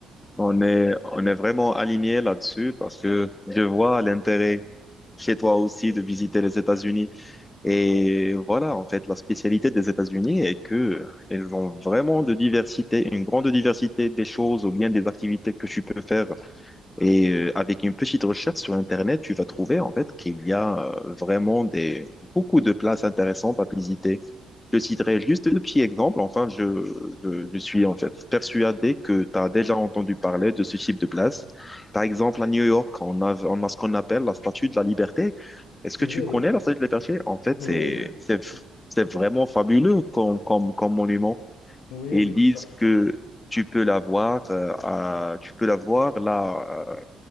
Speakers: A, on the left; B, on the left.
A: On est, on est vraiment aligné là-dessus parce que je vois l'intérêt chez toi aussi de visiter les États-Unis. Et voilà, en fait, la spécialité des États-Unis est que elles ont vraiment de diversité, une grande diversité des choses ou bien des activités que tu peux faire. Et euh, avec une petite recherche sur Internet, tu vas trouver en fait qu'il y a euh, vraiment des, beaucoup de places intéressantes à visiter. Je citerai juste deux petits exemples. Enfin, je, je, je suis en fait persuadé que tu as déjà entendu parler de ce type de place. Par exemple, à New York, on a, on a ce qu'on appelle la Statue de la Liberté. Est-ce
B: Oui,
A: que tu
B: oui,
A: connais la Statue de la Liberté? En fait,
B: oui,
A: c'est,
B: oui.
A: c'est,
B: C'est-
A: c'est vraiment fabuleux comme, comme, comme monument.
B: Oui,
A: Et
B: oui,
A: ils
B: tout
A: disent
B: à fait.
A: que tu peux la voir, euh, à- tu peux la voir là.